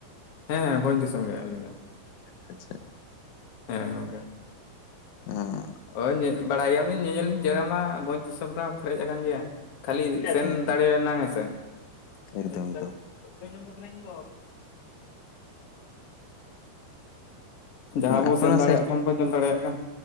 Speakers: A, on the left (about 55°); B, on the left (about 85°).
A: ᱦᱮᱸ ᱦᱮᱸ ᱵᱷᱚᱸᱡᱽ ᱫᱤᱥᱚᱢ ᱜᱮ ᱟᱹᱞᱤᱧ ᱫᱚ ᱾
B: ᱟᱪᱪᱷᱟ ᱾
A: ᱦᱮᱸ ᱜᱚᱝᱠᱮ,
B: ᱦᱮᱸ
A: ᱚᱭ ᱧᱮᱜ <unintelligible> ᱵᱟᱲᱟᱭᱟ ᱟᱹ ᱧᱮᱧᱮᱞᱤᱧ ᱡᱟᱭᱜᱟ ᱢᱟ ᱵᱷᱚᱸᱡᱽ ᱫᱤᱥᱚᱢ ᱨᱮᱦᱚᱸ ᱯᱮᱨᱮᱡ ᱟᱠᱟᱱ ᱜᱮᱭᱟ, ᱠᱷᱟᱹᱞᱤ ᱥᱮᱱ
B: ᱦᱩᱸ
A: ᱫᱟᱲᱮᱭ ᱱᱟᱝ ᱦᱮᱸᱥᱮ ᱾ <unintelligible>
B: ᱮᱠᱫᱚᱢ
A: ᱢ
B: ᱮᱠᱫᱚᱢ
A: ᱜ <unintelligible> ᱡᱟᱦᱟᱸ
B: ᱦᱩᱸ
A: ᱵᱚ
B: ᱟᱯᱮ
A: ᱥᱮᱱ
B: ᱚᱱᱟ
A: ᱫᱟᱲᱮᱭᱟᱜ
B: ᱥᱟᱭᱤᱰ
A: ᱠᱷᱟᱱ ᱵᱚᱱ ᱧᱮᱞ ᱫᱟᱲᱮᱭᱟᱜ ᱠᱟᱱ,